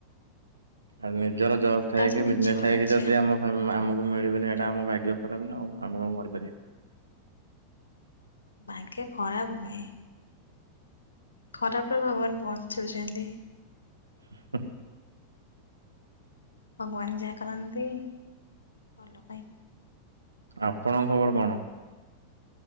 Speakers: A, on the right; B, on the left.
A: ଆଉ ନିଜର ଜବ୍
B: ସେଟା
A: ଥାଇକି
B: ହଉଛି ନିଜର
A: ବିଜନେସ୍ ଥାଇକି
B: ବୁଝିବା
A: ଯଦି ଆମ ହ ଆମକୁ ମିଳିବନି ହେଇଟା ଆମ ଭାଗ୍ୟ ଖରାପ ନା ଆଉ ଆମେ କଣ କରିପାରିବା?
B: ଭାଗ୍ୟ ଖରାପ ନୁହେଁ। ଖରାପର ଭଗବାନ୍ ବଞ୍ଚଉଛନ୍ତି।
A: <inaudible>
B: ଭଗବାନ ଯାହା କରନ୍ତି ଭଲ ପାଇଁ।
A: ଆପଣଙ୍କ ଖବର କଣ?